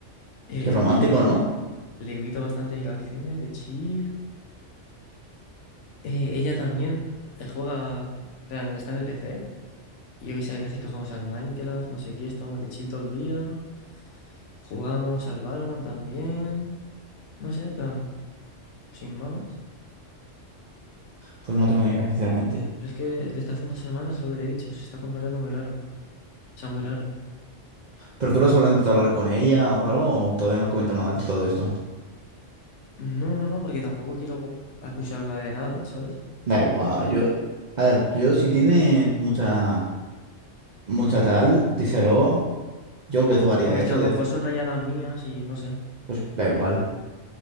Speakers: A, on the left; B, on the right.
A: eh,
B: Qué romántico,
A: le invito,
B: ¿no?
A: le invito bastante a ir al cine de chill. Eh, ella también eh, juega, plan, está en el PC. Y yo que sé, hay veces que jugamos al Minecraft, no sé qué, estamos de chill todo el día. Jugamos al Valorant también. No sé, plan, sin más.
B: Pues no tengo ni idea, sinceramente.
A: Pero es que desde hace unas semanas es lo que te he dicho, se está comportando muy raro. O sea, muy rara.
B: ¿Pero tú lo has hablado, intentado hablar con ella o algo? ¿O todavía no has comentado nada de todo esto?
A: No, no, no, porque tampoco quiero acusarla de nada, ¿sabes?
B: Da igual, yo... A ver, yo si tienes mucha... mucha tal, díselo. Yo que tú haría
A: Sabes
B: eso,
A: que a lo
B: deci-
A: mejor son rayadas mías y no sé.
B: pues da igual,